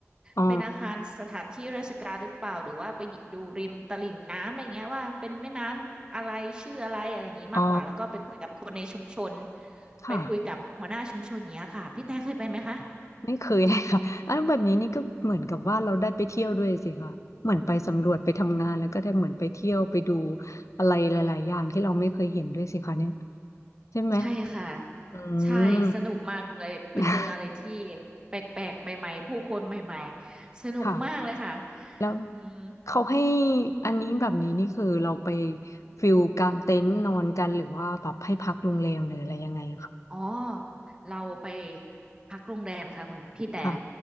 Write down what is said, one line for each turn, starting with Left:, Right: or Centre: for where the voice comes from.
Left: อ๋อ
Right: เป็นอาคารสถานที่ราชการหรือเปล่าหรือว่าไปดูริมตลิ่งน้ำอะไรเงี้ยว่าเป็นแม่น้ำอะไรชื่ออะไรอะไรอย่างงี้มากกว่าแล้วก็ไปคุยกับคนในชุมชน
Left: อ๋อ ค่ะ
Right: ไปคุยกับหัวหน้าชุมชนเนี้ยค่ะพี่แต่เคยไปไหมคะ
Left: ไม่เคย <laughs> ค่ะอันแบบนี้นี่ก็เหมือนกับว่าเราได้ไปเที่ยวด้วยสิคะเหมือนไปสำรวจไปทำงานแล้วก็ได้เหมือนไปเที่ยวไปดูอะไรหลายๆอย่างที่เราไม่เคยเห็นด้วยสิคะเนี่ยใช่ไหม
Right: ใช่ค่ะ
Left: อื
Right: ใช่สนุกมากเลยไปเจออะไรที่
Left: ม <laughs>
Right: แปลกๆใหม่ๆผู้คนใหม่ๆสนุกมากเลยค่ะ
Left: ค่ะ แล้ว
Right: อืม
Left: เขาให้อันนี้แบบนี้นี่คือเราไปฟิลกางเต็นท์นอนกันหรือว่าแบบให้พักโรงแรมหรืออะไรยังไงคะ
Right: อ๋อ เราไปพักโรงแรมค่ะคุณพี่แต่
Left: ค่ะ